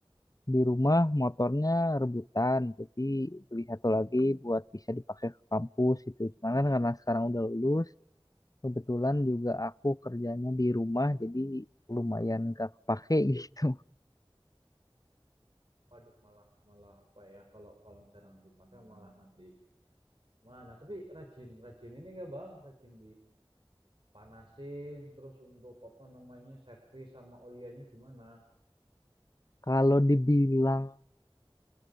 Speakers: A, on the left; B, on the right.
A: di rumah motornya rebutan jadi beli satu lagi buat bisa dipakai ke kampus itu cuman kan karena sekarang udah lulus kebetulan juga aku kerjanya di rumah jadi lumayan gak kepake <laughs> gitu
B: Waduh malah malah apa ya kalau kalau jarang dipakai malah nanti mana? Tapi rajin rajin ini nggak Bang? Rajin dipanasin terus untuk apa namanya servis sama oliannya gimana?
A: kalau dibilang